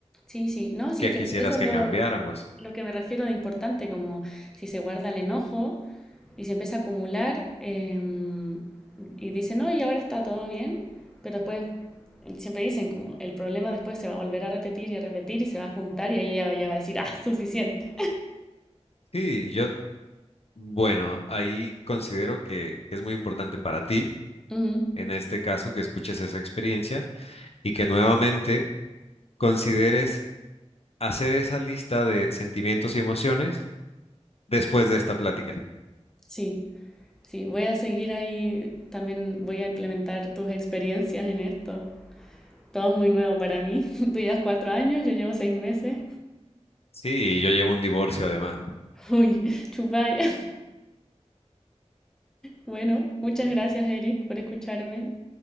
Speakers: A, in the centre; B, on the left.
A: sí, sí. No, sí,
B: ¿Qué
A: es que
B: quisieras
A: eso es
B: que
A: lo,
B: cambiáramos?
A: lo que me refiero de importante, como si se guarda el enojo y se empieza a acumular em, y dice, no, y ahora está todo bien, pero después eh, siempre dicen como el problema después se va a volver a repetir y a repetir y se va a juntar y ahí ya, ya va a decir, ah, suficiente.
B: Sí, yo, bueno, ahí considero que es muy importante para ti,
A: <laughs> Ujú,
B: en este caso, que escuches esa experiencia y que nuevamente consideres hacer esa lista de sentimientos y emociones después de esta plática.
A: Sí, sí, voy a seguir ahí, también voy a implementar tus experiencias en esto. Todo es muy nuevo para mí. <laughs> Tú llevas cuatro años, yo llevo seis meses.
B: Sí, yo llevo un divorcio además.
A: <laughs> Uy, chupalla. Bueno, muchas gracias, Eric, por escucharme.